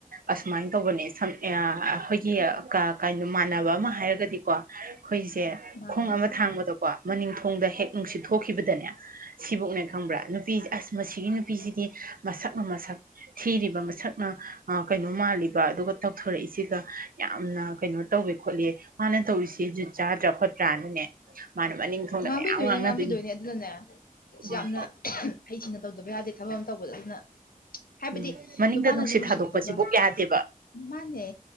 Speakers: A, on the right; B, on the left.
A: ꯑꯁꯨꯃꯥꯏꯅ ꯇꯧꯕꯅꯦ ꯁꯝ ꯑ ꯑꯩꯈꯣꯏꯒꯤ ꯀ ꯀꯩꯅꯣ ꯃꯥꯟꯅꯕ ꯑꯃ ꯍꯥꯏꯔꯒꯗꯤ ꯀꯣ ꯑꯩꯈꯣꯏꯁꯦ
B: ꯃꯥꯅꯦ
A: ꯈꯣꯡ ꯑꯃ ꯊꯥꯡꯕꯗꯣ ꯀꯣ ꯃꯅꯤꯡ ꯊꯣꯡꯗ ꯍꯦꯛ ꯅꯨꯡꯁꯤꯠ ꯊꯣꯛꯈꯤꯕꯗꯅꯦ ꯁꯤꯕꯨꯛꯅꯦ ꯈꯪꯕ꯭ꯔꯥ ꯅꯨꯄꯤꯁ ꯑꯁ ꯃꯁꯤꯒꯤ ꯅꯨꯄꯤꯁꯤ ꯃꯁꯛꯅ ꯃꯁꯛ ꯊꯤꯔꯤꯕ ꯃꯁꯛꯅ ꯀꯩꯅꯣ ꯃꯥꯜꯂꯤꯕ ꯑꯗꯨꯒ ꯇꯧꯊꯣꯔꯛꯏꯁꯤꯒ ꯌꯥꯝꯅ ꯀꯩꯅꯣ ꯇꯧꯋꯦ ꯈꯣꯠꯂꯤ ꯃꯥꯅ ꯇꯧꯔꯤꯁꯦ ꯖꯨꯠ ꯆꯥꯗ꯭ꯔꯥ ꯈꯣꯠꯇ꯭ꯔꯥꯅꯅꯦ ꯃꯥꯅ ꯃꯅꯤꯡ ꯊꯣꯡꯅ
B: ꯉꯥꯡꯕꯤꯗꯣꯏꯅꯦ
A: ꯃꯌꯥꯝ ꯉꯥꯡꯅꯗꯣꯏꯅꯤ
B: ꯉꯥꯡꯕꯤꯗꯣꯏꯅꯦ ꯑꯗꯨꯅꯅꯦ
A: ꯎꯝ
B: ꯁꯤ ꯌꯥꯝꯅ ꯍꯩꯁꯤꯅ ꯇꯧꯗꯕ ꯌꯥꯗꯦ ꯊꯕꯛ ꯑꯃ ꯇꯧꯕꯗ ꯑꯗꯨꯅ ꯍꯥꯏꯕꯗꯤ
A: ꯎꯝ ꯃꯅꯤꯡꯗ
B: ꯅꯨꯄꯥꯅꯁꯨ
A: ꯅꯨꯡꯁꯤꯠ
B: ꯅꯨꯡꯁꯤꯕꯤꯗꯕ
A: ꯊꯥꯗꯣꯛꯄꯁꯤꯕꯨ ꯌꯥꯗꯦꯕ
B: ꯃꯥꯅꯦ